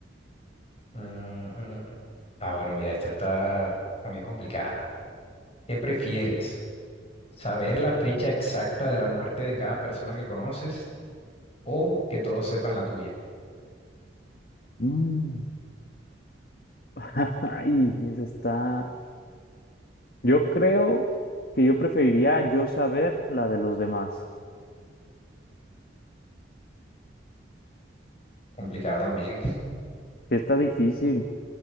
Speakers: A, on the left (about 30°); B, on the left (about 50°).
A: Mm, mm, mm. Ah, bueno, mira, esta está también complicada. ¿Qué prefieres? ¿Saber la fecha exacta de la muerte de cada persona que conoces o que todos sepan la tuya?
B: Mm. <laughs> Ay, esa está. Yo creo que yo preferiría yo saber la de los demás.
A: Complicado también.
B: que Está difícil.